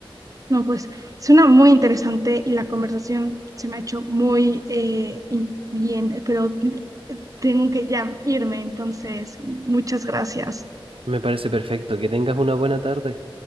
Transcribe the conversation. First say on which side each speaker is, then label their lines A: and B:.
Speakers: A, on the right; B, on the right.
A: No, pues suena muy interesante y la conversación se me ha hecho muy eh, in- bien, pero tengo que ya irme, entonces muchas gracias.
B: Me parece perfecto. Que tengas una buena tarde.